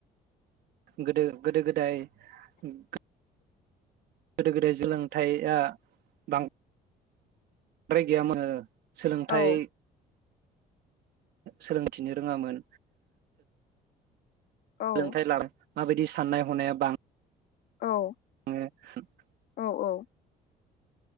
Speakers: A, on the right; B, on the left.
A: गोदो गोदो गोदाय <unintelligible> गोदो गोदाय सोलोंथाइया बांद्राय गैयामोन। सोलोंथाइ
B: औ
A: सोलोंथिनो रोङामोन
B: औ
A: सोलोंथायाइ लानो माबायदि साननाय हनाया बां
B: औ
A: <unintelligible>
B: औ औ